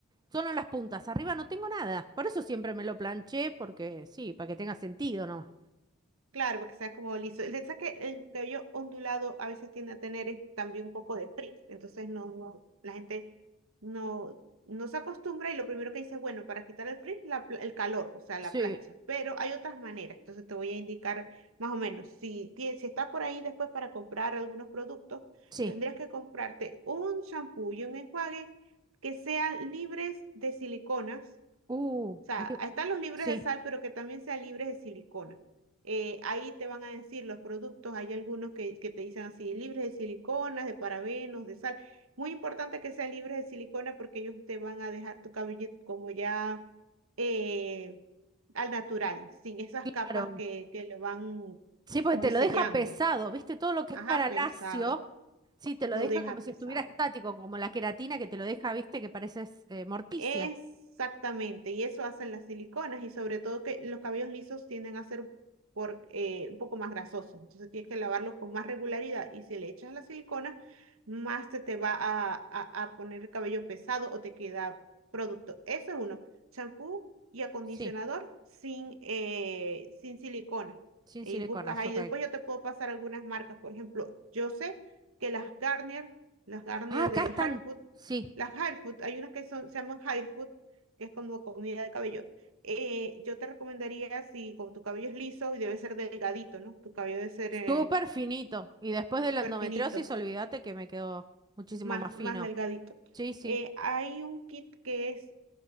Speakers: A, on the right (about 20°); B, on the right (about 75°).
A: Solo en las puntas. Arriba no tengo nada. Por eso siempre me lo planché, porque sí, para que tenga sentido, ¿no?
B: Claro, porque sea como liso. El detalle es que el cabello ondulado a veces tiende a tener es también un poco de frizz. Entonces no, no, la gente no, no se acostumbra y lo primero que dice, bueno, para quitar el frizz, la pla- el calor, o sea, la
A: Sí,
B: plancha. Pero hay otras maneras. Entonces te voy a indicar más o menos. Si, tie- si estás por ahí después para comprar algunos productos,
A: sí.
B: tendrías que comprarte un shampoo y un enjuague que sean libres de siliconas
A: Uh,
B: o sea,
A: li-
B: están los libres
A: sí,
B: de sal, pero que también sean libres de silicona. Eh, ahí te van a decir los productos, hay algunos que, que te dicen así, libres de siliconas, de parabenos, de sal. Muy importante que sean libres de silicona porque ellos te van a dejar tu cabello como ya eh, al natural, sin esas capas
A: claro.
B: que, que le van
A: Sí, porque
B: como
A: te
B: sellando.
A: lo deja pesado, ¿viste? Todo lo que
B: Ajá,
A: es para
B: pesado,
A: lacio, sí, te
B: lo
A: lo deja
B: deja
A: como si
B: pesado.
A: estuviera estático, como la queratina que te lo deja, ¿viste? Que pareces eh, Morticia.
B: Exactamente, y eso hacen las siliconas y sobre todo que los cabellos lisos tienden a ser por, eh, un poco más grasosos, entonces tienes que lavarlos con más regularidad y si le echas la silicona, más se te va a, a, a poner el cabello pesado o te queda producto. Eso es uno, champú y acondicionador
A: Sí,
B: sin, eh, sin silicona.
A: sin
B: Y
A: siliconas,
B: buscas ahí,
A: ok.
B: después yo te puedo pasar algunas marcas, por ejemplo, yo sé que las Garnier, las Garnier
A: Ah, acá
B: de
A: están.
B: Harfood
A: Sí,
B: las hard food, hay unas que son, se llaman hard food, que es como comida de cabello. Eh, yo te recomendaría, si como tu cabello es liso y debe ser delgadito, ¿no? Tu cabello debe ser eh,
A: súper finito. Y después de
B: súper
A: la endometriosis,
B: finito,
A: olvídate que me quedó muchísimo
B: más,
A: más fino.
B: más delgadito.
A: Sí, sí,
B: Eh, hay un kit que es,